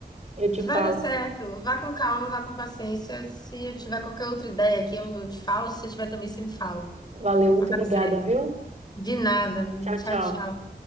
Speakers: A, on the right (about 40°); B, on the left (about 25°).
A: eu te
B: Vai
A: falo.
B: dar certo. Vá com calma, vá com paciência. Se eu tiver qualquer outra ideia aqui, eu eu te falo. Se você tiver também, você me fala.
A: Valeu, muito
B: Mas vai dar
A: obrigada,
B: certo.
A: viu?
B: De nada, menino.
A: Tchau,
B: Tchau,
A: tchau.
B: tchau.